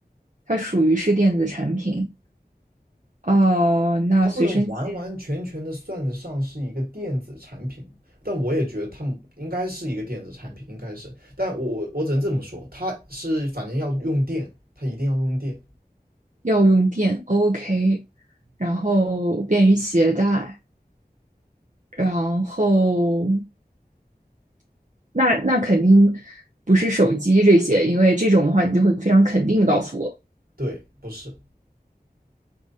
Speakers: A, on the right; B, on the right.
A: 它属于是电子产品。哦，那随身携
B: 它不能完完全全的算得上是一个电子产品但我也觉得它应该是一个电子产品，应该是。但我我我只能这么说，它是反正要用电，它一定要用电，
A: 要用电，OK，然后便于携带。然后那那肯定不是手机这些，因为这种的话，你就会非常肯定的告诉我，
B: 对，不是，